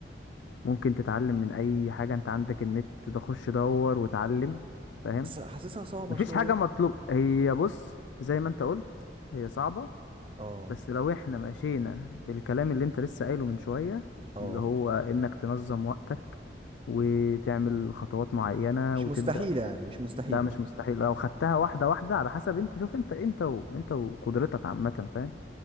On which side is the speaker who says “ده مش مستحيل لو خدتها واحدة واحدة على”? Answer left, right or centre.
Left